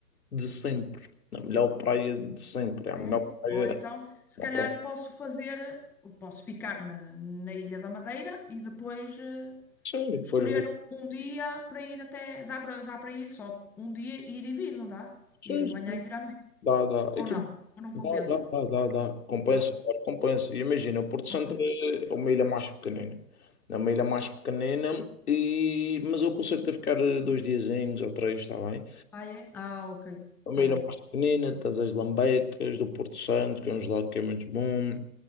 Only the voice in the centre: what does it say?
É?
olha então, se
calhar
posso fazer, posso ficar na, na Ilha da Madeira e depois eh,
escolher
um um dia para ir até. Dá para, dá para ir só um dia, ir e vir, não dá?
Ir de manhã e vir à noite.
Ou
não? Ou não
compensa?
Dá?
Ok.
Ah, é? Ah, ok.
Está
bem.